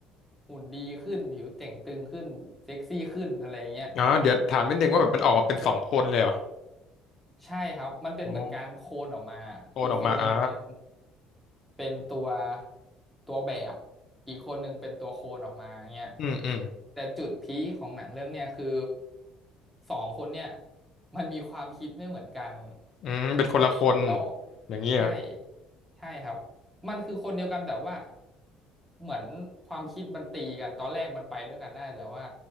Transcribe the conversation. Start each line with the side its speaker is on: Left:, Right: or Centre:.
Centre: หุ่นดีขึ้นผิวเต่งตึงขึ้นเซ็กซี่ขึ้นอะไรเงี้ย
Left: อ๋อเดี๋ยวถามนิดนึงว่าแบบมันออกมาเป็นสองคนเลยเหรอ
Centre: ใช่ครับมันเป็นเหมือนการโคลนออกมาคือคนหนึ่งเป็น
Left: โอ้โอนออกมาอ่า
Centre: เป็นตัวตัวแบบอีกคนหนึ่งเป็นตัวโคลนออกมาเงี้ย
Left: อืมอืม
Centre: แต่จุดพีคของหนังเรื่องเนี้ยคือสองคนเนี่ยมันมีความคิดไม่เหมือนกัน
Left: อืมเป็นคนละคน
Centre: แล้ว
Left: อย่างนี้เหรอ
Centre: ใช่ใช่ครับมันคือคนเดียวกันแต่ว่า เหมือนความคิดมันตีกันตอนแรกมันไปด้วยกันได้แต่ว่า